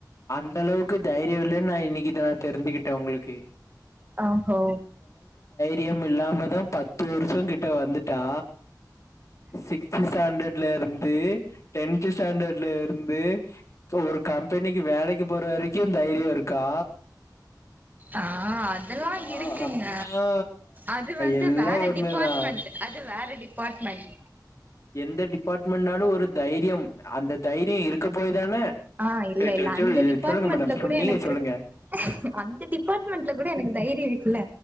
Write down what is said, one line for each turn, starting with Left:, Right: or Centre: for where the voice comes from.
Left: அந்த அளவுக்கு தைரியோ இல்லனு நா இன்னிக்குதா இத நா தெரிஞ்சுகிட்ட உங்களுக்கு
Right: அஹோ
Left: ரியம் இல்லாமதா பத்து வருஷோ கிட்ட வந்துட்டா சிக்ஸ்த்து ஸ்டாண்டர்ட்ல இருந்து டென்த்து ஸ்டாண்டர்ட்ல இருந்து ஒரு கம்பெனிக்கு வேலைக்கு போற வரைக்கு தைரியோ இருக்கா
Right: ஆ அதெல்லா
Left: ஆ
Right: இருக்குங்க
Left: ஆ
Right: அது வந்து
Left: எல்லா
Right: வேற
Left: ஒண்ணுதா
Right: டிபாட்மெண்ட் இது வேற டிபாட்மெண்ட்
Left: எந்த டிபாட்மெண்ட்னாலு ஒரு தைரியம் அந்த தைரியோ இருக்க போய் தான
Right: ஆ இல்ல
Left: சொ சொ
Right: இல்ல
Left: சொல்லு
Right: அந்த டிபாட்மெண்ட்ல
Left: சொல்லுங்க மேடம்
Right: கூட
Left: நீங்க
Right: எனக்கு
Left: சொல்லுங்க
Right: அந்த டிபா டிபாட்மெண்ட்ல கூட எனக்கு தைரியோ இல்ல